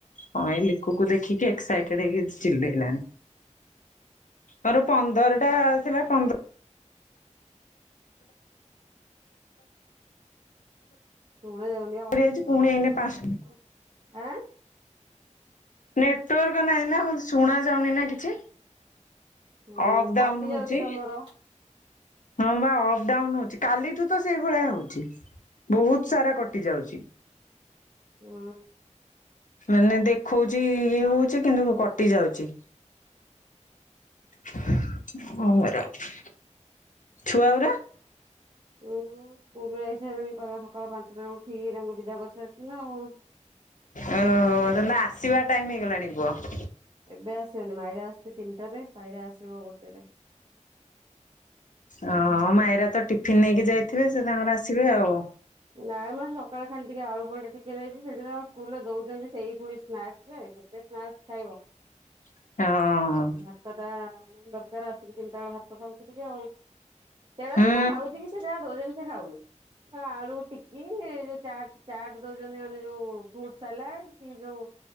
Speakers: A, on the left; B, on the right.
A: କଣ ଏ ଲିଖକୁ ଦେଖିକି ଏକସାଇଟେଡ଼
B: ହୁଁ ହୁଁ
A: ହେଇ ଚିଲେଇ ଲାଣି ମୋର ପନ୍ଦର ଟା ଥିଲା ପନ୍ଦର
B: ଶୁଣା ଯାଉନାହିଁ
A: ଯାଇଛି ପୁଣି ଏଇନେ ପାଞ୍ଚ ନେଟୱାର୍କ ନାହିଁ ନା ଶୁଣା ଯାଉନି ନା କିଛି।
B: ହୁଁ
A: ଅଫ୍ ଡାଉନ୍
B: କଟି
A: ହଉଛି।
B: ଯାଉଛି ତମର
A: ହଁ ବା ଅପ୍ ଡାଉନ୍ ହଉଛି। କାଲିଠୁ ତ ସେଇଭଳିଆ ହଉଛି। ବହୁତ ସାରା କଟି ଯାଉଛି।
B: ଉଁ।
A: ମାନେ ଦେଖଉଛି ଇଏ ହଉଛି କିନ୍ତୁ କଟି ଯାଉଛି। <unintelligible> ଛୁଆ ଉରା।
B: ଉୁଁ ସ୍କୁଲ ଯାଇସାରିଲେଣି ତମ ସକାଳ ପାଞ୍ଚଟାରୁ ଉଠିକି ତାଙ୍କୁ ବିଦା କରିସାରିଛି ନା ଆଉ।
A: ଓ ନନା ଆସିବା ଟାଇମ୍ ହେଇଗଲାଣି ପୁହ।
B: ଏବେ ଆସିବେନି ମାଇରା ଆସୁଛି ତିନିଟାରେ। ସାଇରା ଆସିବ ଗୋଟେରେ।
A: ହ ମାଇରା ତ ଟିଫିିନ୍ ନେଇକି ଯାଇଥିବେ ସେ ତାଙ୍କର ଆସିବେ ଆଉ।
B: ନାଇଁ ମ ସକାଳେ ଖାଲି ଟିକେ ଆଳୁ ପରଟା ଟିକେ ଦେଇଛି। ସେଠିିବା ସ୍କୁଲରେ ଦଉଛନ୍ତି ସେଇ ପୁଣି ସ୍ନାକ୍ସ ରେ। କେତେ ସ୍ନାସ୍‌ ଖାଇବ।
A: <inaudible> ହଁ
B: ଭାତ ଟା ମେନ୍‌ ଦରକାର। ଆସିକି ତିନିଟା ବେଳ ଭାତ ଖାଉଚି ଟିକେ ଆଉ। ତେରାସ
A: ହୁଁ
B: କ ଖାଉଛି ସେ ଯାହା ଦଉଛନ୍ତି ସେ ଖାଉନି। ଆଳୁ ଶି ଯୋଉ ଚାଟ ଚାଟ୍ ଦଉଛନ୍ତି ମାନେ ଯୋଉ ଫୁଟ ସାଲାଡ କି ଯୋଉ